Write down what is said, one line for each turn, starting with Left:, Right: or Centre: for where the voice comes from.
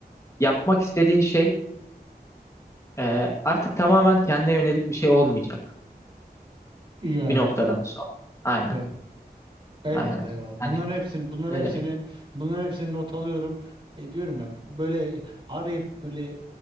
Left: yapmak istediğin şey e, artık tamamen kendine yönelik bir şey olmayacak
Right: Yani
Left: bir noktadan sonra. Aynen
Right: doğru. Eyvallah
Left: aynen.
Right: eyvallah. Bunların
Left: Hani
Right: hepsini bunların
Left: ne
Right: hepsini
Left: demek?
Right: bunların hepsini not alıyorum. E, diyorum ya böyle arayıp böyle